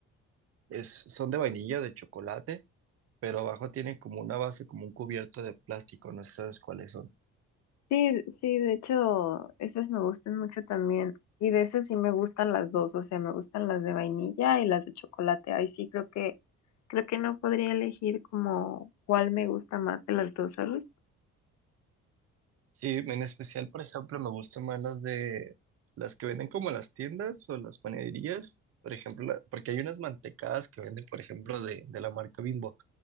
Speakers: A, on the right; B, on the left.
A: es, son de vainilla, de chocolate, pero abajo tiene como una base, como un cubierto de plástico. No sé si sabes cuáles son.
B: Sí, sí, de hecho, esas me gustan mucho también. Y de esas sí me gustan las dos, o sea, me gustan las de vainilla y las de chocolate. Ahí sí creo que, creo que no podría elegir como cuál me gusta más de las dos, ¿sabes?
A: Sí, en especial, por ejemplo, me gustan más las de las que venden como en las tiendas o en las panaderías, por ejemplo, la- porque hay unas mantecadas que venden, por ejemplo, de, de la marca Bimbo,